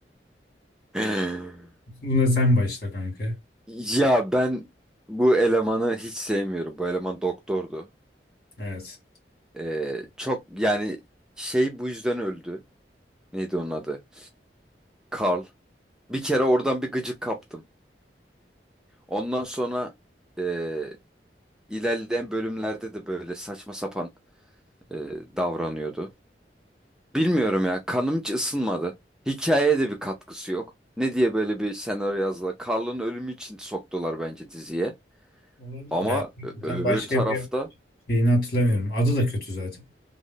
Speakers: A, in the centre; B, on the left (about 55°).
A: <laughs>
B: Buna sen başla kanka.
A: Ya ben bu elemanı hiç sevmiyorum. Bu eleman doktordu.
B: Evet.
A: Ee, çok yani şey bu yüzden öldü. Neydi onun adı? Carl. Bir kere oradan bir gıcık kaptım. Ondan sonra e, ilerleyen bölümlerde de böyle saçma sapan e, davranıyordu. Bilmiyorum ya kanım hiç ısınmadı. Hikayeye de bir katkısı yok. Ne diye böyle bir senaryo yazdılar. Carl'ın ölümü için soktular bence diziye.
B: Olabilir
A: Ama
B: ha. Ben
A: ö- öbür
B: başka
A: tarafta
B: bir şeyini hatırlamıyorum. Adı da kötü zaten.